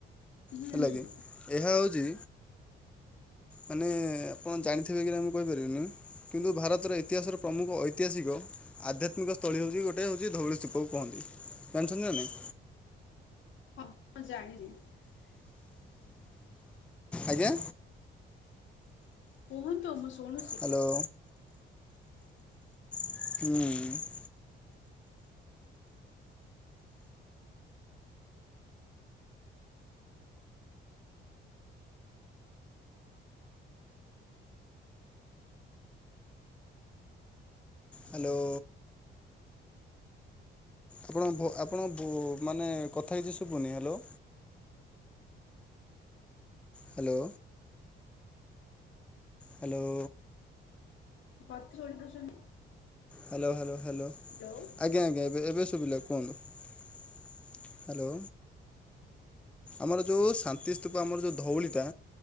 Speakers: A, on the left (about 75°); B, in the centre.
A: ହୁଁ
B: ହେଲା
A: ହୁଁ
B: କିି ଏହା ହଉଛି ମାନେ ଆପଣ ଜାଣିଥିବେ କି ମୁଁ କହିପାରିବିନି। କିନ୍ତୁ ଭାରତର ଇତିହାସର ପ୍ରମୁଖ ଐତିହାସିକ ଆଧ୍ୟାତ୍ମିକ ସ୍ଥ ତଳି ହଉଛି ଗୋଟେ ହଉଛି ଧଉଳି ସ୍ତୁପକୁ କହନ୍ତି। ଜାଣିଚନ୍ତି ନା ନାଇଁ?
A: ହଁ ହଁ ଜାଣିନି।
B: ଆଜ୍ଞା।
A: କୁହନ୍ତୁ ମୁଁ ଶୁଣୁଚି?
B: ହ୍ୟାଲୋ। ହୁଁ। ହ୍ୟାଲୋ। ଆପଣ ଆପଣ ମାନେ କଥା କିଛି ଶୁଭୁନି। ହ୍ୟାଲୋ? ହ୍ୟାଲୋ। ହ୍ୟାଲୋ?
A: ମୋ କଥା ଶୁଣିପାରୁଛନ୍ତି?
B: Hello hello hello?
A: ହ୍ୟାଲୋ।
B: ଆଜ୍ଞା ଆଜ୍ଞା ଏବେ ଏବେ ଶୁଭିଲା କୁହନ୍ତୁ। ହ୍ୟାଲୋ। ଆମର ଯୋଉ ଶାନ୍ତିସ୍ତୁପ ଆମର ଯୋଉ ଧଉଳିଟା